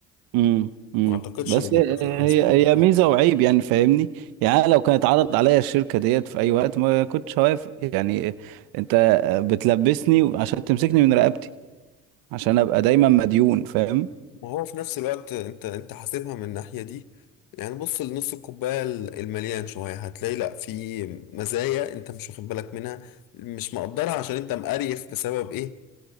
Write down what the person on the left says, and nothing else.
ما اعتقدش
ان بيبقى
في
حظر
ما هو في نفس الوقت انت انت حاسبها من الناحية دي يعني بص لنص الكوباية ال- المليان شوية هتلاقي لا في مزايا انت مش واخد بالك منها مش مقدرها عشان انت مقريف بسبب ايه